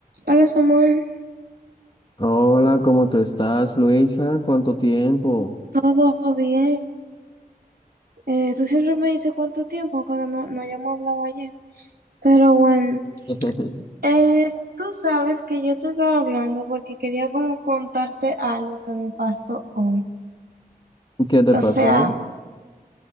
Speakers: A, on the right; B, on the left.
A: Hola Samuel,
B: Hola, ¿cómo te estás, Luisa? ¿Cuánto tiempo?
A: Todo bien. Eh, tú siempre me dices cuánto tiempo cuando no, no hayamos hablado ayer. pero bueno,
B: <laughs>
A: eh, tú sabes que yo te estaba hablando porque quería como contarte algo que me pasó hoy.
B: ¿Qué te
A: O
B: pasó?
A: sea,